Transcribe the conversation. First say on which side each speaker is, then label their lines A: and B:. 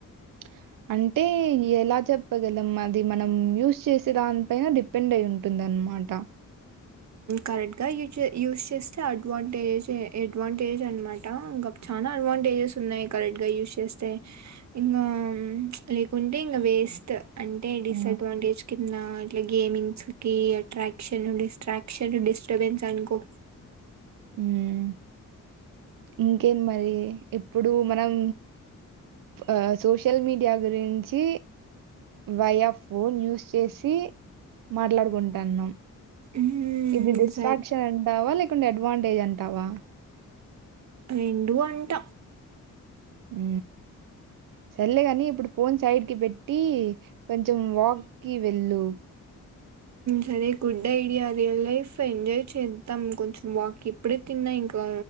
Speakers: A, on the right (about 85°); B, on the right (about 60°).
A: అం అంటే ఎలా చెప్పగల మనం అది మనం యూస్ చేసే దాని పైన డిపెండ్ అయి ఉంటుంది అనమాట
B: కరెక్ట్గా యూజ యూజ్ చేస్తే అడ్వాంటేజెసే అడ్వాంటేజ్ అనమాట బట్ చాలా అడ్వాంటేజెస్ ఉన్నాయి కరెక్ట్గా యూస్ చేస్తే ఇంకా ప్చ్ లేకుంటే ఇంకా వేస్ట్ అంటే డిసడ్వాంటేజ్
A: ఆ!
B: కింద ట్ గేమింగ్స్ కి అట్రాక్ట్ క్షన్ డిస్ట్రాక్షన్ డిస్టబెన్స్ అనుకో
A: మ్మ్ ఇంకేం మరి ఎప్పుడు మనం ఆ సోషల్ మీడియా గురించి వయా ఫోన్ యూస్ చేసి మాట్లాడుకుంటాన్నాం
B: హ్మ్.
A: ఇది డిస్ట్రాక్షన్
B: సరే
A: అంటారా లేక అడ్వాంటేజంటావా
B: రెండూ అంట
A: హ సల్లే కాని ఇప్పుడు ఫోన్ సైడ్ కి పెట్టి కొంచెం వాక్కిి వెళ్ళు
B: సరే good idea real life enjoy చేద్దాం కొంచెం వాక్ ఇప్పుడే తిన్నా ఇంకా